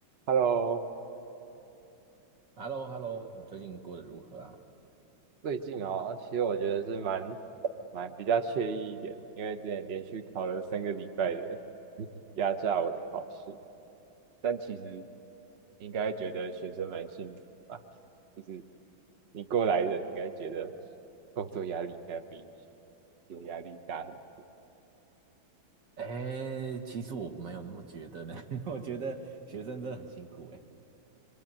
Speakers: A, on the right (about 65°); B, on the right (about 40°).
A: Hello，
B: h e l l o h e l l o 你最近过得如何啊？
A: 最近哦，其实我觉得是蛮蛮比较惬意一点，因为之前连续考了三个礼拜的 <laughs> 压榨我的考试，但其实应该觉得学生蛮幸福吧，就是你过来人应该觉得工作压力应该比有压力大很多。
B: 哎，其实我没有那么觉得呢，<laughs> 我觉得学生真的很辛苦哎。